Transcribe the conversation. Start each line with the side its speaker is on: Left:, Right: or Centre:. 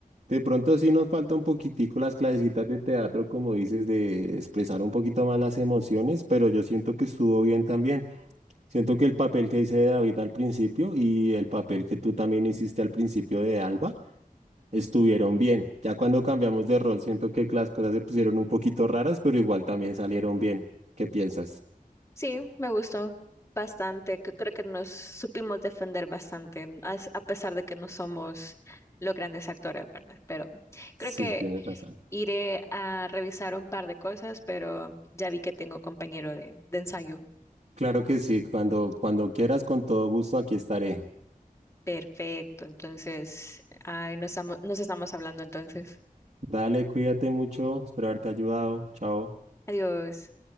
Right: De pronto sí nos falta un poquitico las clasecitas de teatro, como dices, de expresar un poquito más las emociones, pero yo siento que estuvo bien también. Siento que el papel que hice de David al principio y el papel que tú también hiciste al principio de Alba estuvieron bien. Ya cuando cambiamos de rol, siento que las cosas se pusieron un poquito raras, pero igual también salieron bien. ¿Qué piensas?
Left: Sí, me gustó bastante. que Creo que nos supimos defender bastante, as- a pesar de que no somos los grandes actores, ¿verdad? Pero
Right: Sí,
Left: creo que
Right: tienes razón.
Left: iré a revisar un par de cosas, pero ya vi que tengo compañero de, de ensayo.
Right: Claro que sí, cuando, cuando quieras, con todo gusto, aquí estaré.
Left: Perfecto, entonces, ay, nos estamos, nos estamos hablando entonces.
Right: Dale, cuídate mucho, espero haberte ayudado. Chao.
Left: Adiós.